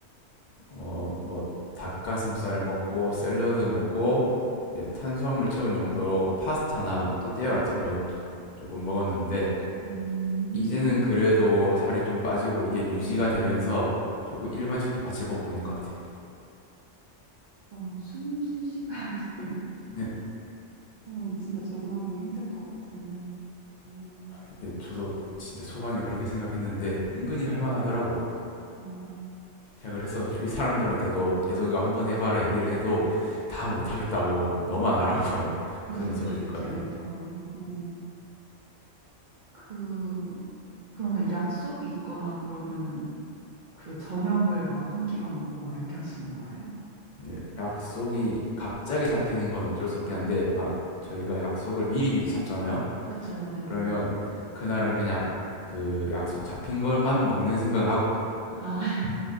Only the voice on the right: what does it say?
음,
와, 23시간을. <laughs>
그럼 진짜 적응하기 힘들 것 같은데. 음,
어,
맞아요.
쉽지
않죠. 어, 그, 그러면 약속이 있거나 그러면은 그 저녁을 막 한 끼만 먹고 막 이렇게 하시는 거예요?
그쵸, 네.
아, <laughs>